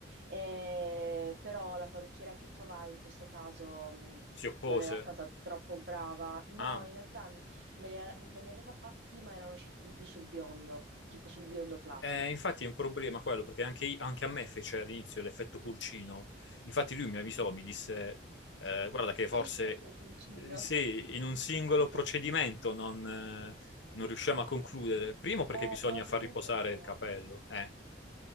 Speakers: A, on the right (about 60°); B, on the left (about 75°).
A: Eh, però la parrucchiera che trovai in questo caso, mh,
B: si oppose.
A: non era stata troppo brava. No,
B: Ah,
A: in realtà me li, a- me li aveva fatti, ma erano usciti di più sul biondo, tipo sul biondo platino.
B: eh, infatti è un problema quello, perché anche, i- anche a me fece all'inizio l'effetto pulcino. Infatti lui mi avvisò, mi disse, eh, guarda che forse
A: L'effetto pulcino.
B: eh, sì, in un singolo
A: <laughs>
B: procedimento non, eh, non riusciamo a concludere. Primo perché
A: Eh,
B: bisogna
A: probabilmente
B: far riposare
A: no.
B: il capello, eh,